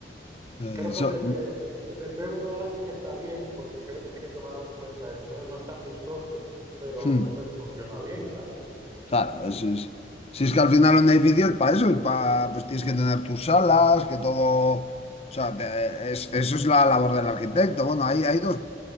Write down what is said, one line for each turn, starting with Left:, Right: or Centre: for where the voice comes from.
Left: eh,
Right: Creo que
Left: Eso.
Right: el, de-
Left: mm,
Right: el- el del BBVA sí que está bien, porque creo que sí que tomaron en cuenta eso. Entonces no es tan vistoso, pero,
Left: mm.
Right: pero funciona bien, claro.
Left: Claro, es- es- si es que al final un edificio es para eso, es para, pues tienes que tener tus salas, que todo, o sea, te- es- eso es la labor del arquitecto. Bueno, hay, hay dos,